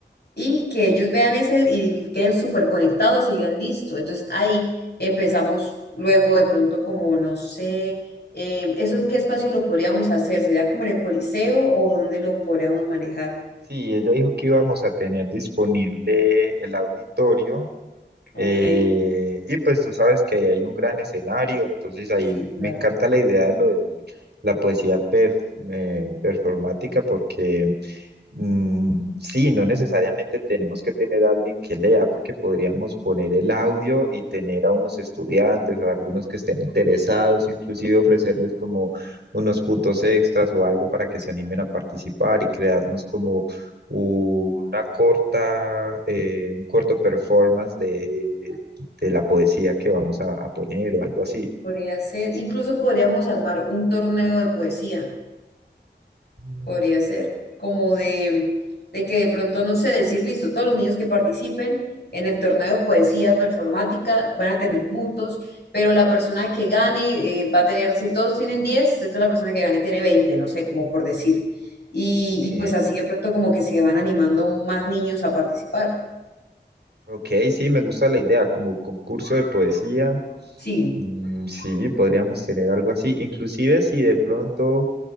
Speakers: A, on the left; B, on the right.
A: y que ellos vean ese y queden súper conectados y digan listo. Entonces ahí empezamos luego de pronto como, no sé, eh, ¿eso en qué espacio lo podríamos hacer? ¿Sería como en el Coliseo o dónde lo podríamos manejar?
B: Sí, ella dijo que íbamos a tener disponible el auditorio
A: Ok,
B: eh, y pues tú sabes que ahí hay un gran escenario, entonces ahí
A: sí,
B: me
A: claro.
B: encanta la idea de lo de la poesía per- eh, performática porque... Mm, sí, no necesariamente tenemos que tener a alguien que lea, porque podríamos poner el audio y tener a unos estudiantes, a algunos que estén interesados, inclusive ofrecerles como unos puntos extras o algo para que se animen a participar y crearnos como una corta, eh, un corto performance de, de la poesía que vamos a, a poner o algo así.
A: Podría ser, incluso podríamos armar un torneo de poesía.
B: Mm,
A: podría ser, como de, de que de pronto, no sé, decir, listo, todos los niños que participen en el torneo de poesía performática van a tener puntos, pero la persona que gane eh, va a tener, si todos tienen 10 entonces la persona que gane tiene veinte no sé, como por decir. Y,
B: Ok,
A: y pues así de pronto como que se van animando más niños a participar.
B: ok, sí, me gusta la idea, como concurso de poesía
A: Sí.
B: Mm, sí, podríamos tener algo así. Inclusive si de pronto